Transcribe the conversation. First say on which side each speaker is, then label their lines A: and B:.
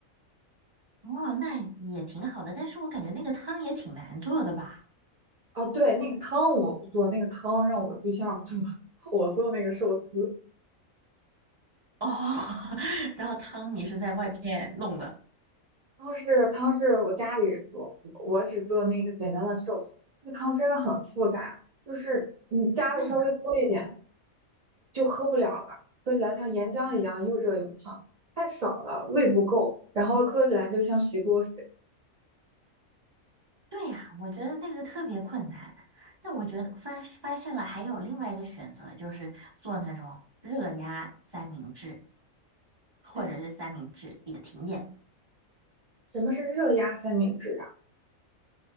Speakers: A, on the right; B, on the right.
A: 哦那也挺好的，但是我感觉那个汤也挺难做的吧？
B: 哦，对，那个汤我不做，那个汤让我对象做，<laughs> 我做那个寿司。
A: 哦，<laughs> 然后汤你是在外面弄的？
B: 汤是汤是我家里人做，我只做那个简单的寿司。那个汤真的很复杂，就是你加的稍微多一点
A: 对。
B: 就喝不了了，喝起来像岩浆一样又热又烫，太少了胃不够，然后喝起来就像洗锅水。
A: 对呀，我觉得那个特别困难。但我觉得发发现了还有另外一个选择，就是做那种热压三明治，或者是三明治也挺简单，
B: 哎，什么是热压三明治啊？